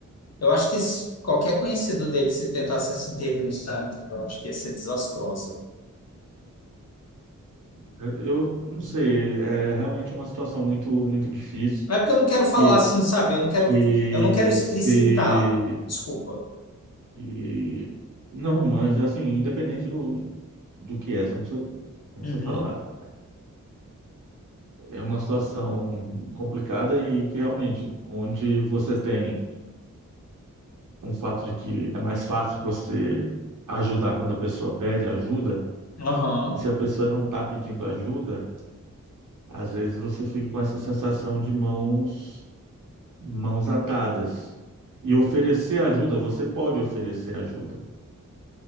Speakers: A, on the left; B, on the right.
A: eu acho que s- qualquer conhecido dele se tentasse essa intervenção, cara, eu acho que ia ser desastrosa.
B: Eu eu não sei, é realmente uma situação muito, muito difícil
A: É porque eu não quero falar
B: que,
A: assim, sabe? Eu não quero,
B: que
A: eu não quero explicitar,
B: se...
A: desculpa.
B: e- não, mas assim, independente do, do que é, você não precisa, não
A: Uhum.
B: precisa falar. É uma situação complicada e que realmente, onde você tem um fato de que é mais fácil você ajudar quando a pessoa pede ajuda,
A: Aham,
B: e se a pessoa não está pedindo ajuda, às vezes você fica com essa sensação de mãos mãos atadas. E oferecer ajuda, você pode oferecer ajuda.